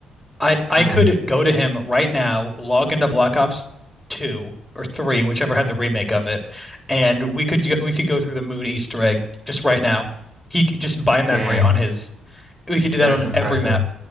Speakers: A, in the centre; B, on the right.
A: I I
B: Hmm.
A: could go to him right now, log into Black Ops 2 or 3, whichever had the remake of it, and we could we could go through the moon Easter egg just right now. He just by memory
B: Dang,
A: on his. We could do that
B: that's
A: on
B: impressive.
A: every map.